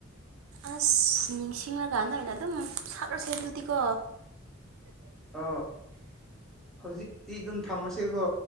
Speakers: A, on the right (about 80°); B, in the centre.
A: ꯑꯁ ꯅꯤꯡꯁꯤ ꯅꯤꯡꯉꯀꯥꯟꯗ ꯑꯣꯏꯅ ꯑꯗꯨꯝ ꯁꯥꯠꯂꯁꯦ ꯑꯗꯨꯗꯤꯀꯣ
B: ꯑ ꯍꯧꯖꯤꯛꯇꯤ ꯑꯗꯨꯝ ꯊꯝꯃꯥꯁꯦꯀꯣ